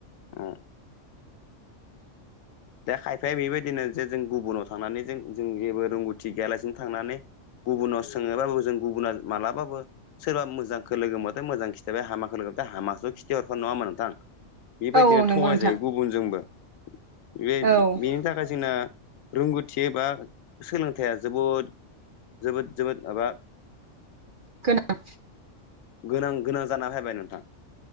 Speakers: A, on the right; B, on the left.
A: <inaudible>
B: ओ दा खायफाया बेबायदिनो जे जों गुबुनाव थांनानै जों जों जेबो रोंगौथि गैयालासिनो थांनानै गुबुनाव सोंनायबाबो जों गुबुना मालाबाबो सोरबा मोजांखौ लोगो मोन मोजां खिथाबाय हामाखौ लोगोथाय हामाखौ खिथि हरानो नङामोन नोंथां बेबायदिनो
A: औ औ नंगौ
B: थगायजायो
A: नोंथां
B: गुबुनजोंबो बे
A: औ
B: बेनि थाखाय जोंना रोंगौथि एबा सोलोंथाइया जोबोद जोबोद जोबोद माबा
A: खोना
B: गोनां गोनां जाना फैबाय नोंथां